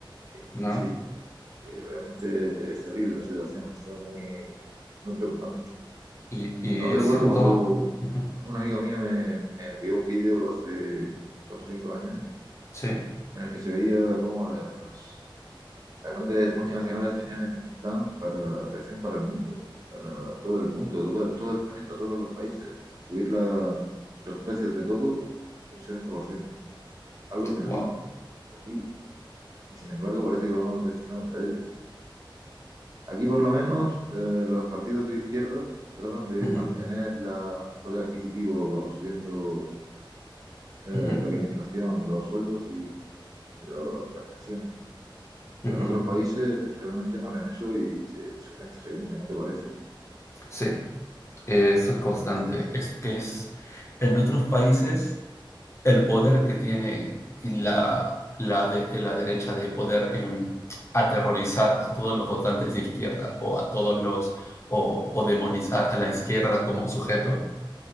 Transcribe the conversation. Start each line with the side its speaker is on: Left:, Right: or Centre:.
Right: sí,
Left: ¿no?
Right: sí, sí, sí, es- realmente es terrible la situación, está muy, muy preocupante.
Left: Y, y
Right: Aún recuerdo
Left: es en
Right: cuando
Left: todo. Ujú.
Right: un amigo mío me, me envió un vídeo hace cuatro o cinco años
Left: Sí,
Right: en el que se veía cómo las, las grandes multinacionales tenían un plan para de acción para el mundo, para todo el mundo, todo el, todo el planeta, todos los países, subir la- los precios de todo un setenta por ciento algo terrible.
Left: wow.
Right: horrible. y sin embargo parece que vamos destinados a ello. Aquí por lo menos eh, los partidos de izquierda tratan de
Left: Ujú,
Right: mantener la, el poder adquisitivo bueno, subiendo eh,
Left: ujú,
Right: lo que es la inflación, los sueldos y lo- las pensiones. Pero
Left: ujú.
Right: en otros países realmente no hacen eso y se, su gente se hunde, ¿no te parece?
Left: Sí. Eh, Eso es constante. Es que es en otros países el poder que tiene y la, la, de, la derecha de poder em, aterrorizar a todos los votantes de izquierda o a todos los o, o demonizar a la izquierda como sujeto